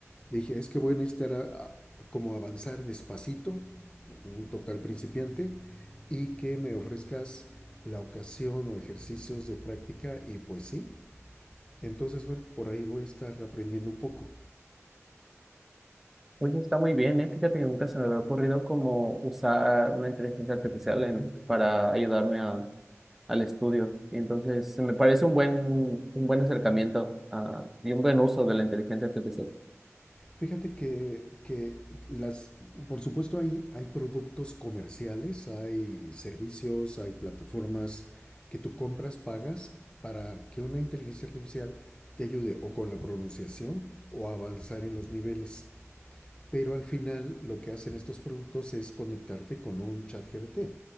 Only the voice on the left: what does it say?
Le dije, es que voy a necesitar a- a- como avanzar despacito, un total principiante, y que me ofrezcas la ocasión o ejercicios de práctica, y pues sí. Entonces, bueno, por ahí voy a estar aprendiendo un poco.
Fíjate que, que las, por supuesto hay, hay productos comerciales, hay servicios, hay plataformas que tú compras, pagas para que una inteligencia artificial te ayude o con la pronunciación o a avanzar en los niveles. Pero al final lo que hacen estos productos es conectarte con un chat GPT